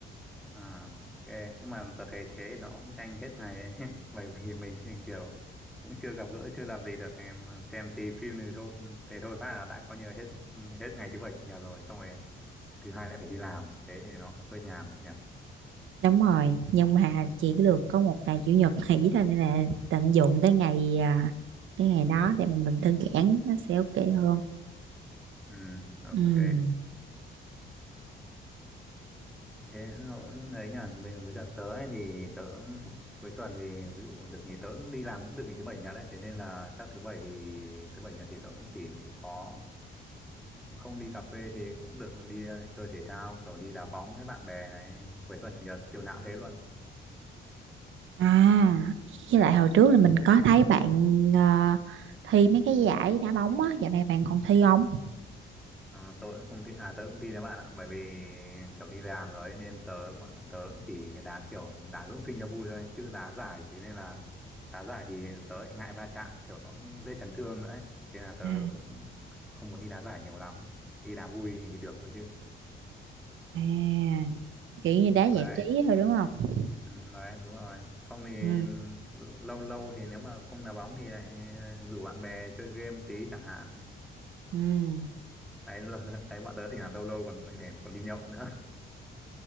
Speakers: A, in the centre; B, on the right.
A: à, ok. Nhưng mà tớ thấy thế nó cũng nhanh hết ngày ấy. <laughs> Bởi vì mình thì kiểu cũng chưa gặp gỡ, chưa làm gì được. em Xem tí phim thì thôi, ừ, thế thôi phát là đã coi như là hết ừ, hết ngày thứ bảy chủ nhật rồi. Xong rồi thứ hai lại phải đi làm. Thế thì nó cũng hơi nhàm nhỉ.
B: đúng rồi nhưng mà chỉ được có một ngày chủ nhật nghỉ thôi nên là tận dụng cái ngày à, cái ngày đó để mà mình thư giãn nó sẽ ok hơn
A: Ừ, ok.
B: ừ.
A: thế nó ấy nhỉ mình với cận tớ ấy thì tớ cuối tuần thì ví dụ được nghỉ tớ cũng đi làm cũng được nghỉ thứ bảy chủ nhật đấy thế nên là chắc thứ bảy thì thứ bảy chủ nhật thì tớ cũng chỉ có không đi cà phê thì cũng được đi ờ, chơi thể thao kiểu đi đá bóng với bạn bè này cuối tuần chủ nhật chiều nào cũng thế luôn
B: À, với lại hồi trước là mình có thấy bạn ờ, thi mấy cái giải đá bóng á, dạo này bạn còn thi không?
A: Ờ, tớ cũng không tin à tớ cũng không tin đấy bạn ạ bởi vì kiểu đi làm rồi ấy, nên tớ bọn tớ cũng chỉ đá kiểu đá dưỡng sinh cho vui thôi chứ đá giải thế nên là đá giải thì tớ lại ngại va chạm kiểu nó cũng dễ chấn thương nữa ấy. Thế là tớ
B: À,
A: cũng không muốn đi đá giải nhiều lắm đi đá vui thì được thôi chứ
B: à, kiểu như đá
A: đấy
B: giải trí thôi đúng không?
A: ừ, đấy đúng rồi không thì
B: Ừ,
A: ừ, lâu lâu thì nếu mà không đá bóng thì lại rủ bạn bè chơi game tí chẳng hạn
B: ừ,
A: đấy, <laughs> l- đấy bọn tớ thì là lâu lâu còn còn đi nhậu nữa